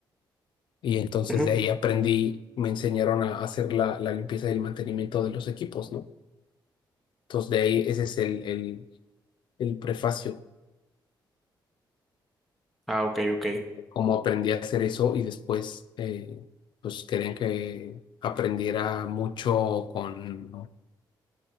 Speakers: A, on the left (about 70°); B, in the centre.
A: Y entonces
B: Ujú.
A: de ahí aprendí, me enseñaron a hacer la, la limpieza y el mantenimiento de los equipos, ¿no? Entonces de ahí ese es el, el, el prefacio.
B: Ah, ok, ok.
A: cómo aprendí a hacer eso y después eh, pues querían que aprendiera mucho con